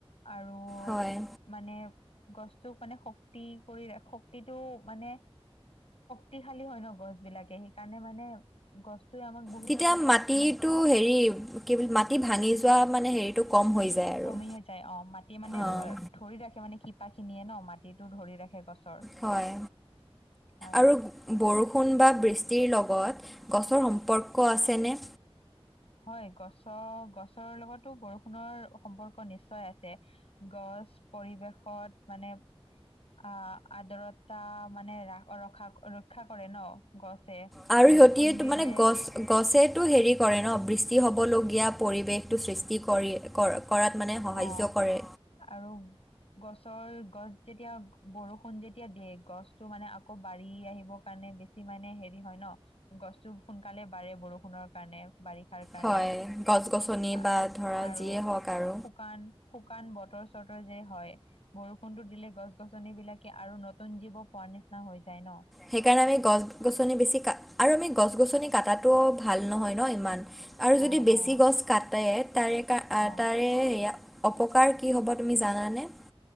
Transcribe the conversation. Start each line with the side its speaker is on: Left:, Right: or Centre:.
Left: আৰু
Centre: হয়
Left: মানে গছটোক মানে শক্তি কৰি ৰা, শক্তিটো মানে শক্তিশালী হয় ন গছ বিলাকে, সেইকাৰণে মানে গছটোৱে আমাক বহুত
Centre: তেতিয়া
Left: জোগাত প্ৰ
Centre: মাটিটো
Left: মানে
Centre: হেৰি কি বুলি, মাটি ভাঙি যোৱা মানে হেৰি টো কম হৈ যায়। আৰু
Left: কমি হৈ যায় অ', মাটি মানে
Centre: অঁ
Left: ৰ আ, ধৰি ৰাখে মানে শিপা খিনিয়ে ন, মাটিতো ধৰি ৰাখে গছৰ।
Centre: হয়,
Left: হয়
Centre: আৰু বৰষুণ বা বৃষ্টিৰ লগত, গছৰ সম্পৰ্ক আছেনে?
Left: হয়। গছৰ, গছৰ লগতো বৰষুণৰ সম্পৰ্ক নিশ্চয় আছে। গছ, পৰিৱেশত মানে আ, আদৰতা মানে ৰা-ৰখা ৰক্ষাৰ কৰে ন, গছে।
Centre: আৰু
Left: বৰষুণ
Centre: সিহঁতিয়েতো
Left: দিলে
Centre: মানে গছ গছেতো হেৰি কৰে ন, বৃষ্টি হ'বলগীয়া পৰিৱেশটো সৃষ্টি কৰি, কৰে কৰাত মানে সহাৰ্য
Left: অ'
Centre: কৰে।
Left: আৰু গছৰ, গছ যেতিয়া বৰষুণ যেতিয়া দিয়ে, গছটো মানে আকৌ বাঢ়ি আহিবৰ কাৰণে বেছি ছি মানে হেৰি হয় ন, গছটো সোনকালে বাঢ়ে বৰষুণৰ কাৰণে। বাৰিষাৰ কাৰণে
Centre: হয়। গছ-গছনি
Left: আৰু
Centre: বা ধৰা যিয়ে হওঁক আৰু।
Left: শুকান, শুকান বতৰ-চতৰ যে হয়, বৰষুণতো দিলে গছ গছনি বিলাক আৰু নতুন জীৱ পোৱাৰ নিচিনা হৈ যায় ন।
Centre: সেইকাৰণে আমি গছ-গছনি বেছি কাট আৰু আমি গছ-গছনি কাটাটো ভাল নহয় ন ইমান। আৰু
Left: অঁ
Centre: যদি বেছি
Left: অঁ
Centre: গছ কাটে, তাৰে কা, আ
Left: অঁ
Centre: তাৰে এইয়া অপকাৰ কি হ'ব তুমি জানানে?